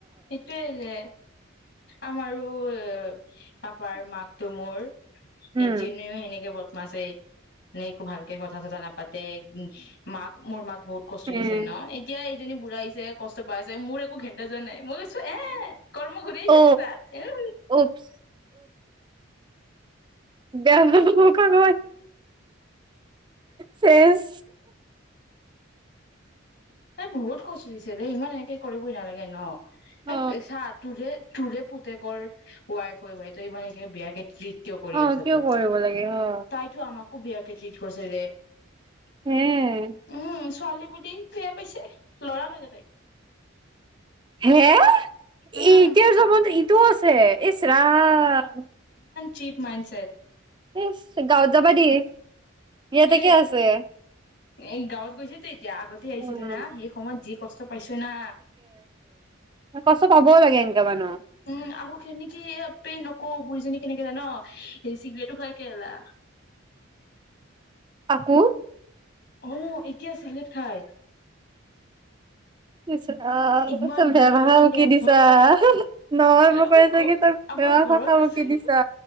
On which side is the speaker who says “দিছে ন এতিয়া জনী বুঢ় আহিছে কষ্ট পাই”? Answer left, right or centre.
Left